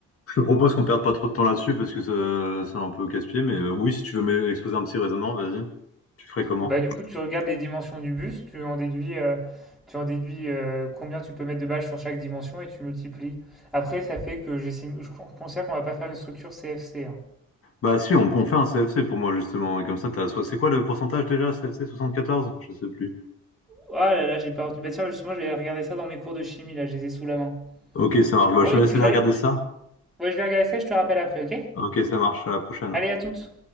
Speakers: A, on the left; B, in the centre.
A: je te propose qu'on perde pas trop de temps là-dessus parce que ça- c'est un peu casse-pied, mais euh, oui, si tu veux m'exposer un petit raisonnement, vas-y. Tu ferais comment?
B: bah, du coup, tu regardes les dimensions du bus, tu en déduis, euh, tu en déduis euh, combien tu peux mettre de bâches sur chaque dimension et tu multiplies. Après, ça fait que j'estime, je con- considère qu'on va pas faire une structure CFC,
A: Bah si, on, on fait un CFC pour moi justement, et comme ça t'as... soit- C'est quoi le pourcentage déjà, CFC 74? Je sais plus.
B: Oh là là, j'ai pas retenu. Bah tiens, justement, je vais regarder ça dans mes cours de chimie, là, je les ai sous la main.
A: Ok, ça marche, bah,
B: Bon,
A: je te
B: écoute,
A: laisse
B: je
A: aller
B: vais,
A: regarder ça.
B: ouais, je vais regarder ça, je te rappelle après, ok?
A: Ok, ça marche, à la prochaine.
B: Allez, à toutes!